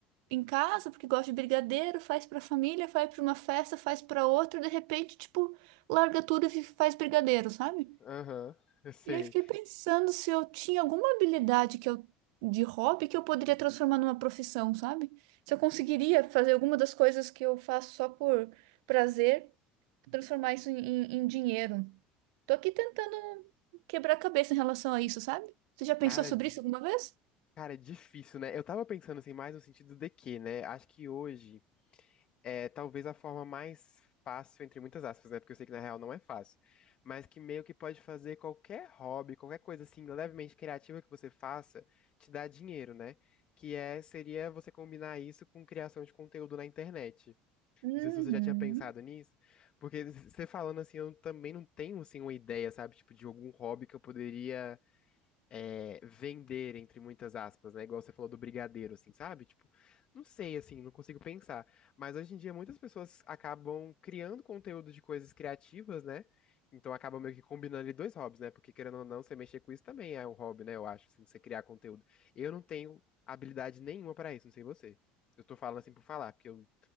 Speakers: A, on the right; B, on the left.
A: em casa, porque gosta de brigadeiro, faz pra família, faz pra uma festa, faz pra outra, de repente, tipo, larga tudo e fi- faz brigadeiro, sabe?
B: Aham, <laughs> eu sei.
A: E aí fiquei pensando se eu tinha alguma habilidade que eu de hobby que eu poderia transformar numa profissão, sabe? Se eu conseguiria fazer alguma das coisas que eu faço só por prazer, transformar isso em, em em dinheiro. Tô aqui tentando quebrar a cabeça em relação a isso, sabe? Você já pensou
B: Cara,
A: sobre
B: di-
A: isso alguma vez?
B: cara, é difícil, né? Eu tava pensando assim, mais no sentido de que, né? Acho que hoje é talvez a forma mais fácil, entre muitas aspas, né? Porque eu sei que na real não é fácil. Mas que meio que pode fazer qualquer hobby, qualquer coisa assim, levemente criativa que você faça, te dá dinheiro, né? Que é, seria você combinar isso com criação de conteúdo na internet.
A: Uhum.
B: Não sei se você já tinha pensado nisso, porque você falando assim, eu também não tenho assim uma ideia, sabe, tipo de algum hobby que eu poderia é, vender entre muitas aspas, né? Igual você falou do brigadeiro, assim, sabe? Tipo, não sei, assim, não consigo pensar. Mas hoje em dia muitas pessoas acabam criando conteúdo de coisas criativas, né? Então acaba meio que combinando ali dois hobbies, né? Porque querendo ou não, você mexer com isso também é um hobby, né? Eu acho, assim, você criar conteúdo. Eu não tenho habilidade nenhuma pra isso, não sei você. Eu tô falando assim por falar, porque eu